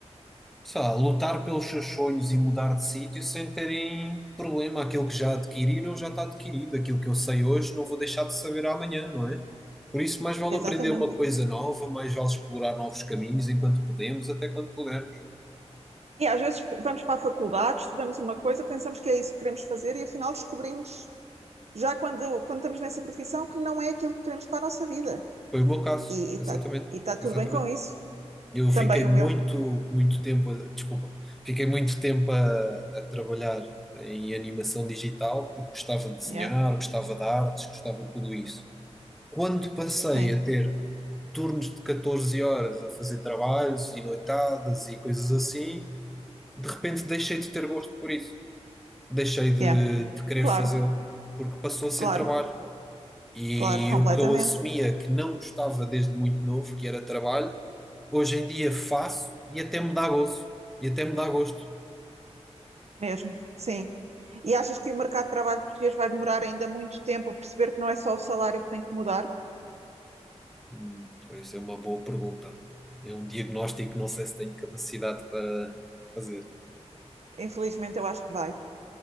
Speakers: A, in the centre; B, on the right (about 65°).
A: sei lá, lutar pelos seus sonhos e mudar de sítio sem terem problema. Aquilo que já adquiriram já está adquirido. Aquilo que eu sei hoje não vou deixar de saber amanhã, não é? Por isso, mais vale
B: exatamente.
A: aprender uma coisa nova, mais vale explorar novos caminhos enquanto podemos, até quando pudermos.
B: E às vezes vamos para a faculdade, estudamos uma coisa, pensamos que é isso que queremos fazer e afinal descobrimos, já quando, quando estamos nessa profissão, que não é aquilo que queremos para a nossa vida.
A: Foi o meu caso,
B: E está
A: exatamente,
B: e tá tudo
A: exatamente.
B: bem com isso.
A: Eu fiquei
B: Também
A: muito,
B: o meu.
A: muito tempo, a- desculpa, fiquei muito tempo a, a trabalhar em animação digital porque gostava de desenhar,
B: Yeah.
A: gostava de artes, gostava de tudo isso. Quando passei
B: Sim,
A: a ter turnos de 14 horas a fazer trabalhos e noitadas e coisas assim, de repente deixei de ter gosto por isso. Deixei de,
B: yeah.
A: de querer
B: Claro,
A: fazê-lo, porque passou a ser
B: claro,
A: trabalho. E
B: claro, completamente,
A: o que eu assumia que não gostava desde muito novo, que era trabalho, hoje em dia faço e até me dá gozo. E até me dá gosto.
B: mesmo, sim. E achas que o mercado de trabalho português vai demorar ainda muito tempo a perceber que não é só o salário que tem que mudar?
A: Hum, Pois é uma boa pergunta. É um diagnóstico que não sei se tenho capacidade para fazer.
B: Infelizmente, eu acho que vai.